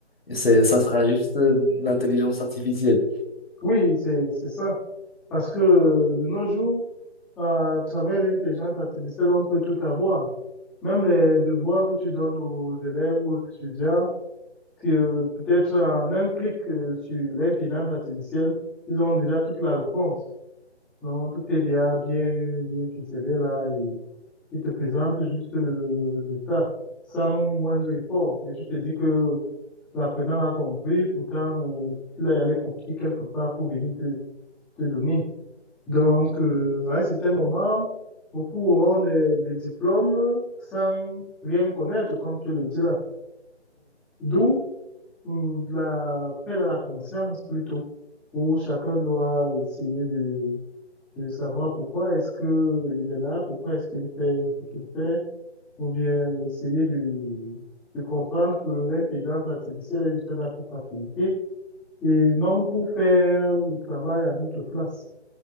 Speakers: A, on the left; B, in the centre.
A: Et C'est, ça sera juste euh, l'intelligence artificielle.
B: oui, c'est, c'est ça. Parce que euh, de nos jours, euh, à travers l'intelligence artificielle, on peut tout avoir. Même les devoirs que tu donnes aux élèves ou aux étudiants, que euh, peut-être en un clic euh, sur l'intelligence artificielle, ils ont déjà toute la réponse. Donc, tout est déjà bien, bien ficelé là. Et, il te présente juste le, le résultat sans moindre effort. Et tu te dis que l'apprenant a compris, pourtant, euh, il est allé copier quelque part pour venir te, te donner. Donc, euh, à un certain moment, beaucoup auront des, des diplômes sans rien connaître, comme tu le dis là. D'où hum, la peine à la conscience plutôt, où chacun doit essayer de, de savoir pourquoi est-ce que il est là, pourquoi est-ce qu'il fait ce qu'il fait, ou bien essayer de, de comprendre que l'intelligence artificielle est juste là pour faciliter et non pour faire le travail à notre place.